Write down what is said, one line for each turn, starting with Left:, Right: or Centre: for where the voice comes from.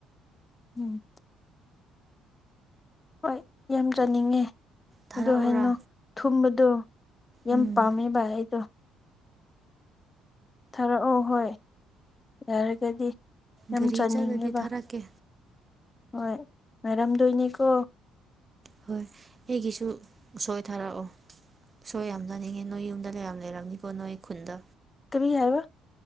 Left: ꯎꯝ ꯍꯣꯏ ꯌꯥꯝ ꯆꯥꯅꯤꯡꯉꯦ
Right: ꯊꯥꯔꯛꯎꯔꯥ
Left: ꯑꯗꯣ ꯍꯩꯅꯧ ꯊꯨꯝꯕꯗꯣ ꯌꯥꯝ
Right: ꯎꯝ
Left: ꯄꯥꯃꯤꯕ ꯑꯩꯗꯣ ꯊꯥꯔꯛꯑꯣ ꯍꯣꯏ ꯌꯥꯔꯒꯗꯤ ꯌꯥꯝ
Right: ꯒꯥꯔꯤ
Left: ꯆꯥꯅꯤꯡꯉꯦꯕ
Right: ꯆꯠꯂꯗꯤ ꯊꯥꯔꯛꯀꯦ
Left: ꯍꯣꯏ ꯉꯥꯏꯔꯝ ꯗꯣꯏꯅꯤꯀꯣ
Right: ꯍꯣꯏ ꯑꯩꯒꯤꯁꯨ ꯎꯁꯣꯏ ꯊꯥꯔꯛꯑꯣ ꯎꯁꯣꯏ ꯌꯥꯝ ꯆꯥꯅꯤꯡꯉꯦ ꯅꯣꯏ ꯌꯨꯝꯗ ꯂꯩ ꯌꯥꯝ ꯂꯩꯔꯝꯅꯤꯀꯣ ꯅꯣꯏ ꯈꯨꯟꯗ
Left: ꯀꯔꯤ ꯍꯥꯏꯕ